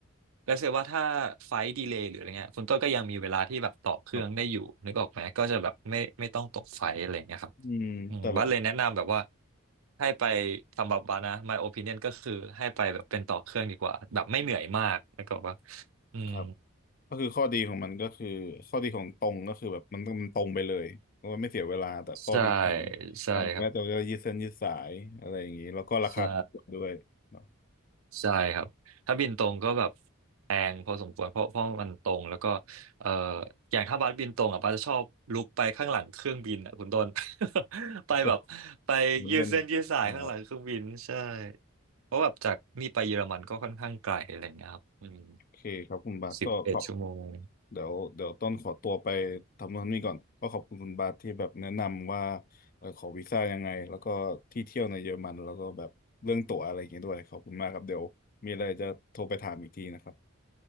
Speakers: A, on the right (about 75°); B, on the left (about 40°).
A: เลเซว่าถ้าไฟดีเลย์หรืออะไรเงี้ยคุณต้นก็ยังมีเวลาที่แบบต่อเครื่องได้อยู่นึกออกไหมก็จะแบบไม่ไม่ต้องตกไฟอะไรเงี้ยครับ
B: ครับอืมแต่แบบ
A: อืมบัสเลยแนะนำแบบว่าให้ไปสำหรับบัสนะ my opinion ก็คือให้ไปแบบเป็นต่อเครื่องดีกว่าแบบไม่เหนื่อยมากแล้วก็ว่าอืม
B: ครับก็คือข้อดีของมันก็คือข้อดีของตรงก็คือแบบมันมันตรงไปเลยแล้วก็ไม่เสียเวลาแต่ข้อดีของ
A: ใช่ใช่ครับ
B: อันนี้จะยืดเส้นยืดสายอะไรอย่างนี้แล้วก็ราคาถูกกว่าด้วยเนาะ
A: ใช่ใช่ครับถ้าบินตรงก็แบบแพงพอสมควรเพราะเพราะมันตรงแล้วก็เอ่ออย่างถ้าบัสบินตรงอ่ะบัสจะชอบลุกไปข้างหลังเครื่องบินอ่ะคุณต้น <laughs> ไปแบบไปยืดเส้นยืดสายข้างหลังเครื่องบินใช่
B: <laughs> เปิเล่นอ๋อ
A: เพราะแบบจากนี่ไปเยอรมันก็ค่อนข้างไกลอะไรเงี้ยครับอืม
B: โอเคครับคุณบาทก็ขอบ
A: สิบเอ็ดชั่วโมง
B: เดี๋ยวเดี๋ยวต้นขอตัวไปทำโนู่นนี่ก่อนก็ขอบคุณคุณบาสที่แบบแนะนำว่าเออขอวีซ่ายังไงแล้วก็ที่เที่ยวในเยอรมันแล้วก็แบบเรื่องตั๋วอะไรอย่างเงี้ยด้วยขอบคุณมากครับเดี๋ยวมีอะไรจะโทรไปถามอีกทีนะครับ